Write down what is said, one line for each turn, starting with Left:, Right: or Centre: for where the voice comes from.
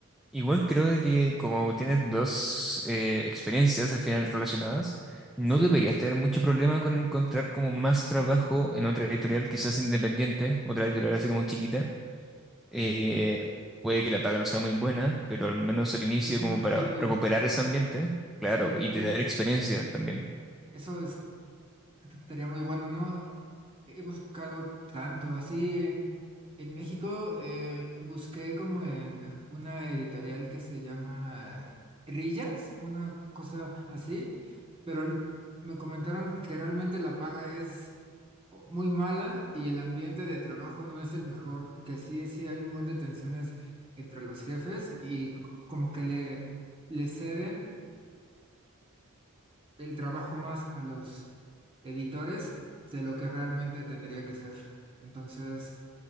Centre: Igual creo de que como tienes dos eh, experiencias al final relacionadas, no
Right: Sí,
Centre: deberías tener mucho problema con encontrar como más trabajo en otra editorial, quizás independiente, otra editorial así como chiquita. Eh, puede que la paga no sea muy buena, pero al menos al inicio
Right: es un
Centre: como
Right: principio,
Centre: para recuperar ese ambiente, claro,
Right: sí,
Centre: y
Right: sí,
Centre: tener experiencia también.
Right: eso es- estaría muy bueno, ¿no? He buscado tanto, así en, en México eh, busqué como en una editorial que se llama Rillas, una cosa así, pero l- me comentaron que realmente la paga es o- muy mala y el ambiente de trabajo no es el mejor, que sí, sí hay un buen de tensiones entre los jefes y c- como que le, le ceden el trabajo más a los editores de lo que realmente tendría que ser. Entonces,